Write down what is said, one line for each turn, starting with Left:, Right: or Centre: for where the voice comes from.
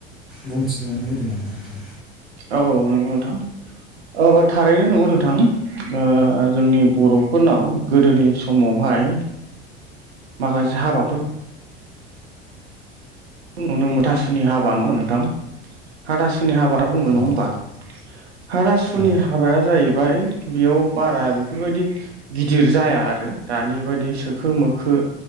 Centre: बुंथिनानै होदों नामा नोंथां
Right: औ नंगौ नोंथां औ थारैनो नंगौ नोंथां जोंनि बर' फोरनाव गोदोनि समावहाय माखासे हाबा नुनो मुथासुनि हाबा नङा नोंथां हाथासुनि हाबा बुङो नङा
Centre: औ
Right: होमबा हाथासुनि
Centre: औ
Right: हाबाया जाहैबाय बेयाव बारा बेफोरबायदि गिदिर जाया आरो दानि बायदि सोखो मोखो